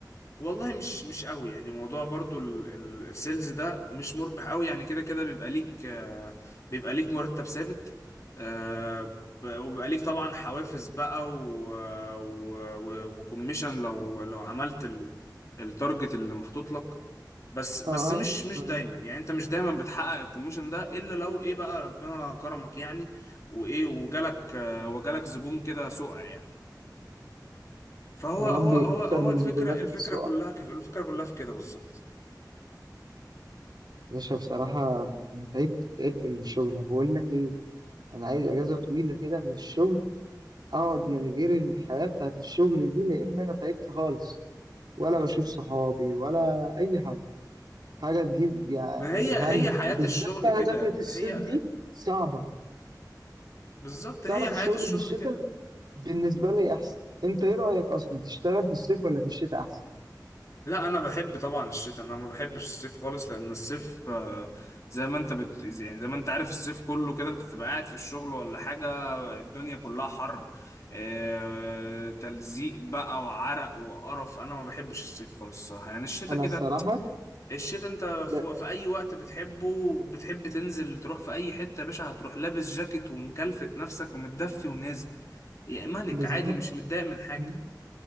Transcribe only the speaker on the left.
والله مش مش قوي يعني موضوع برضو ال- ال- السيلز ده مش مربح قوي يعني كده كده بيبقى ليك آه بيبقى ليك مرتب ثابت آه ب- وبيبقى ليك طبعا حوافز بقى و- و- و- وكوميشن لو لو عملت ال- التارجت اللي محطوط لك بس بس
مش مش
دايما يعني انت مش دايما بتحقق الكوميشن ده الا لو ايه بقى ربنا كرمك يعني وايه وجالك آه، وجالك زبون كده سقع يعني فهو
هو
هو هو
الفكره
الفكره
كلها كيف الفكره كلها في كده بالظبط
ما هي
هي حياه
الشغل
كده
هي
بالظبط
هي
حياه الشغل
كده
لا انا بحب طبعا الشتاء انا ما بحبش الصيف خالص لان الصيف آه، زي ما انت بت... يعني زي ما انت عارف الصيف كله كده انت تبقى قاعد في الشغل ولا حاجه الدنيا كلها حر آه، تلزيق بقى وعرق وقرف انا ما بحبش الصيف خالص الصراحه يعني الشتاء
كده
الشتاء انت في...
في اي وقت بتحبه بتحب تنزل تروح في اي حته يا باشا هتروح لابس جاكيت ومكلفت نفسك ومتدفي ونازل يا ملك
عادي مش متضايق من حاجه